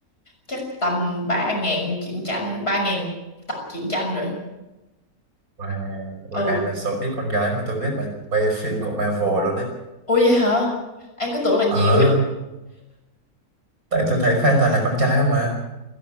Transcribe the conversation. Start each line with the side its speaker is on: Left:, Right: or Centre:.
Left: chắc tầm ba ngàn truyện tranh, ba ngàn tập truyện tranh rồi.
Right: wow ui
Left: Ừ.
Right: An là số ít con gái mà tôi biết mà mê phim của Marvel luôn đấy
Left: Ủa vậy hả? An cứ tưởng là nhiều.
Right: ờ tại tôi thấy fan toàn là con trai không mà